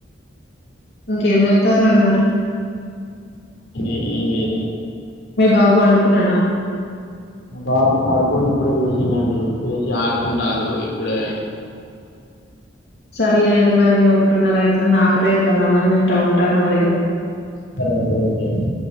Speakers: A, on the left; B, on the left.
A: ఇంకేం వెతారండి మరి
B: ఏం లేదు
A: బాబు అనుకున్నాడా
B: మా బాబు కడుకొని ఇప్పుడే లేచిండండి లేచి ఆడుకుంటాడు ఇప్పుడే
A: ర్లే అండి మరి ఒకటి ఉన్నర అవుతుంది ఆకలి అవుతుంది అన్నం తింటా ఉంటాను మరిక
B: సరే అండి ఓకే అండి